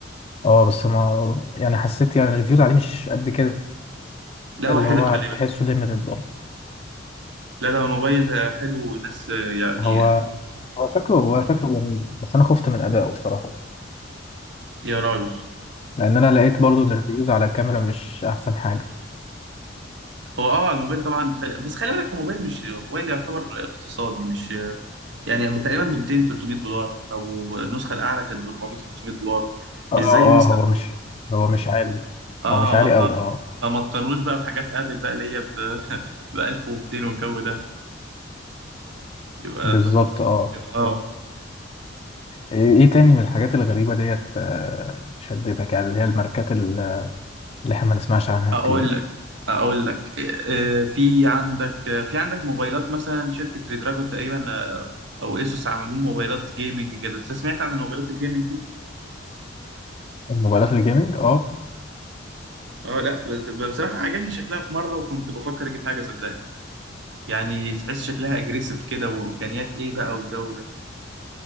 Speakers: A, on the left (about 30°); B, on the right (about 65°).
A: اه بس ما يعني حسيت يعني الريفيوز عليه مش قد كده
B: لا
A: اللي
B: هو حلو
A: هو
B: خلي
A: هتحسه
B: بالك
A: ليميتد برضه
B: لا لا الموبايل حلو والناس آه، يعني
A: هو هو شكله هو شكله جميل بس انا خفت من ادائه بصراحة
B: يا راجل
A: لان انا لقيت برضه ان الريفيوز على الكاميرا مش احسن حاجة
B: هو اه الموبايل طبعا خل... بس خلي بالك الموبايل مش موبايل يعتبر اقتصادي مش يعني تقريبا ب 200 300 دولار او النسخه الاعلى كانت ب 400 500 دولار
A: اه
B: مش زي
A: اه
B: مثلا
A: هو مش هو مش عالي
B: اه
A: هو مش عالي
B: ما ف...
A: قوي اه
B: فما تقارنوش بقى بحاجات ابل بقى اللي هي ب <laughs> ب 1200 والجو ده يبقى
A: بالظبط
B: انت بتظلمه
A: اه
B: كده اه
A: ايه إيه تاني من الحاجات الغريبة ديت آه، شدتك يعني اللي هي الماركات ال- اللي احنا ما نسمعش عنها
B: اقول
A: كتير
B: لك اقول لك آه، آه، في عندك آه، في عندك موبايلات مثلا شركه ريدراجون تقريبا آه، او ايسوس عملوا موبايلات جيمنج كده انت سمعت عن الموبايلات الجيمنج
A: الموبايلات الجيمنج اه
B: اه لا بت- بصراحة عجبني شكلها في مرة وكنت بفكر اجيب حاجة صدقني يعني تحس شكلها اجريسيف كده وامكانيات ايه بقى والجو ده